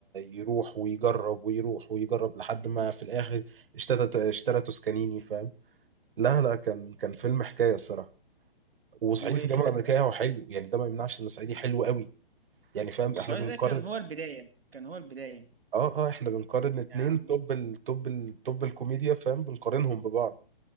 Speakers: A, on the right; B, on the right.
A: يروح ويجرب ويروح ويجرب لحد ما في الاخر اشترى اشترى توسكانيني فاهم لا لا كان كان فيلم حكايه الصراحه وصعيدي
B: وفي
A: في الجامعه
B: الآخر
A: الامريكيه هو حلو يعني ده ما يمنعش ان صعيدي حلو قوي يعني فاهم
B: السؤال
A: احنا بنقارن
B: ده كان هو البداية كان هو البداية
A: اه اه احنا بنقارن اتنين
B: يعني
A: توب التوب التوب الكوميديا فاهم بنقارنهم ببعض